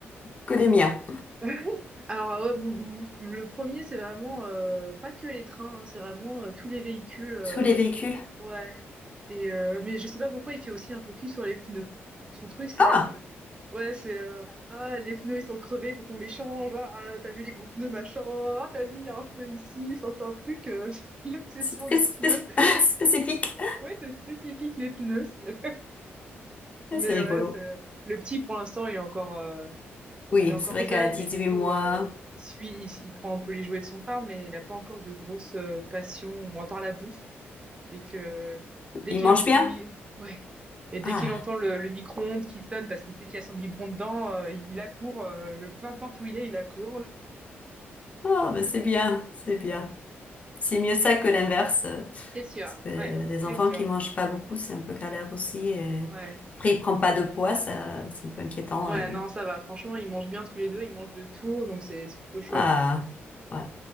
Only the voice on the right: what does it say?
<laughs> Alors, ouais, mon- mon- le premier, c'est vraiment euh, pas que les trains, hein, c'est vraiment euh, tous les véhicules. euh,
Ouais. Et euh, mais je sais pas pourquoi il fait aussi un focus sur les pneus. Son truc, c'est
les pneus. Ouais, c'est euh, ah les pneus ils sont crevés, faut qu'on les change. Ah, ah, t'as vu les gros pneus machin. Ah, t'as vu il y a un pneu ici. Enfin, c'est un truc euh, <laughs> l'obsession
des
pneus.
Ouais, c'est spécifique les pneus. <laughs> c'est- Mais
ouais, c'est le petit pour l'instant il est encore euh,
il est encore
jeune,
mais du coup
euh, il suit, il, il prend un peu les jouets de son frère, mais il a pas encore de grosses passion passions à part la bouffe. Dès que, dès
qu'il
entend
le mi- ouais. Et dès
qu'il entend le, le micro-ondes qui sonne parce qu'il sait qu'il y a son biberon dedans, euh, il accourt, euh, le, peu importe où il est, il accourt.
C'est sûr,
ouais,
c'est sûr.
Ouais.
Ouais,
non, ça va. Franchement, ils mangent bien tous les deux, ils mangent de tout, donc c'est c'est plutôt chouette.